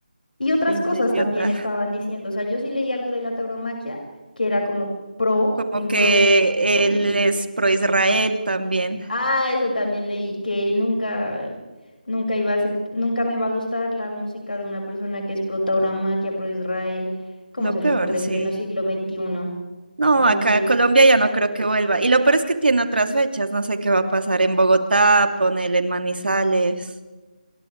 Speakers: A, on the left (about 70°); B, on the right (about 80°).
A: Y otras
B: Pinto
A: cosas
B: idiota.
A: también estaban diciendo. O sea, yo sí leí algo de la tauromaquia, que era como pro,
B: Como
A: en
B: que
A: pro de de eso
B: él
A: y...
B: es pro Israel también.
A: Ah, eso también leí, que nunca, nunca iba a acep- nunca me va a gustar la música de una persona que es pro tauromaquia, pro Israel, cómo
B: Lo
A: se
B: peor,
A: le ocurre
B: sí.
A: en pleno siglo veintiuno
B: No,
A: XXI,
B: acá
A: veinticinco
B: a Colombia ya no creo que vuelva. Y lo peor es que tiene otras fechas. No sé qué va a pasar en Bogotá, ponele en Manizales.